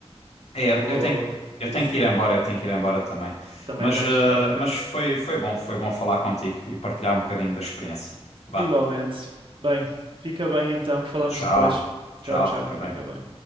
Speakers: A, on the left (about 85°); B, on the right (about 50°).
A: É, eu,
B: Boa,
A: eu tenho,
B: boa.
A: eu
B: Isso.
A: tenho que ir embora, eu tenho que ir embora também.
B: Também
A: Mas,
B: tens?
A: eh,
B: Ok.
A: mas foi, foi bom, foi bom falar contigo e partilhar um bocadinho da experiência. Vá,
B: Igualmente. Bem, fica bem então. Falamos
A: tchau,
B: depois.
A: tchau,
B: Tchau, tchau.
A: fica
B: Fica
A: bem.
B: bem.